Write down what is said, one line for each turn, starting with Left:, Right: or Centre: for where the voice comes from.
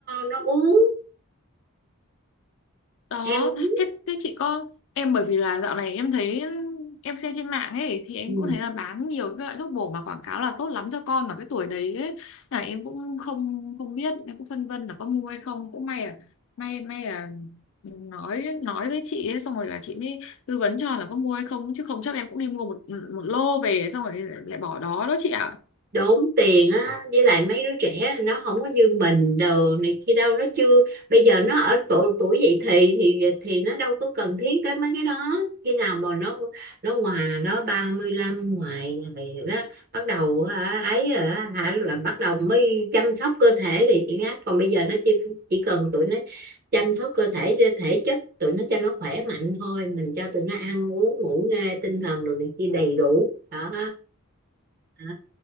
Right: nó uống
Left: đó
Right: em uống
Left: thế, thế chị có em bởi vì là dạo này em thấy em xem trên mạng ấy thì em
Right: ừ.
Left: cũng thấy là bán nhiều cái loại thuốc bổ mà quảng cáo là tốt lắm cho con mà cái tuổi đấy ấy, là em cũng không không biết em cũng phân vân là có mua hay không cũng may à may may à, nói nói với chị ấy, xong rồi là chị mới tư vấn cho là có mua hay không chứ không chắc em cũng đi mua một một lô về xong rồi lại bỏ đó đó chị ạ
Right: đốn tiền á với lại mấy đứa trẻ nó không có như mình đồ này kia đâu nó chưa bây giờ nó ở độ tuổi dậy thì thì thì nó đâu có cần thiết tới mấy cái đó khi nào mà nó nó ngoài nó 35 ngoài thì đó bắt đầu hả, ấy rồi á, hả là bắt đầu mới chăm sóc cơ thể thì chị ngáp còn bây giờ nó chỉ chỉ cần tụi nó chăm sóc cơ thể thể chất tụi nó cho nó khỏe mạnh thôi mình cho tụi nó ăn uống ngủ nghê tinh thần đồ này kia đầy đủ đó à,